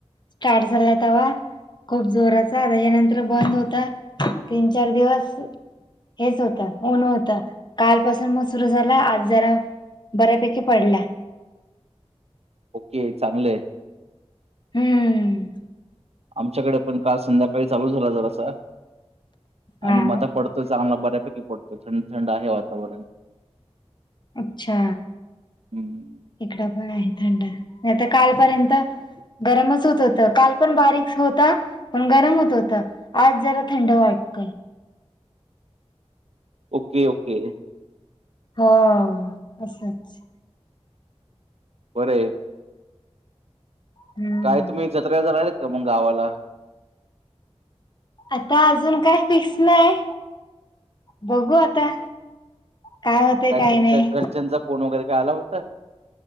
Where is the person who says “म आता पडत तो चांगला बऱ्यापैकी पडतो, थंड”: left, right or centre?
Right